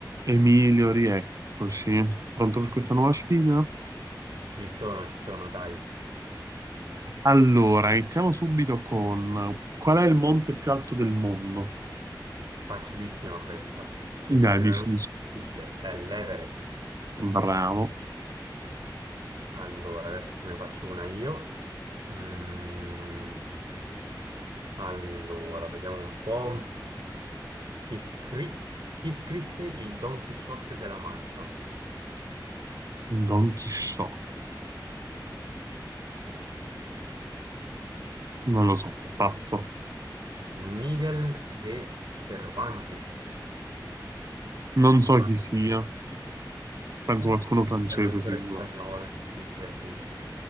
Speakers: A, on the right (about 45°); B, on the right (about 75°).
A: Emilio, rieccoci. Pronto per questa nuova sfida?
B: Ci sono, ci sono, dai.
A: Allora, iniziamo subito con qual è il monte più alto del mondo?
B: Facilissima questa. Devi
A: Dai,
B: scegliere
A: dici,
B: una difficile. È l'Everest.
A: bravo,
B: Allora, adesso te ne faccio una io. Mm, allora, vediamo un po'. Chi, scri- chi scrisse il Don Chisciotte della Mancia?
A: Don Chisciotte. Non lo so,
B: È difficile.
A: passo.
B: Miguel de Cervantes.
A: Non so
B: Vai.
A: chi sia, penso
B: <laughs>
A: qualcuno francese
B: È un autore
A: sicuro.
B: spagnolo, difficile, sì.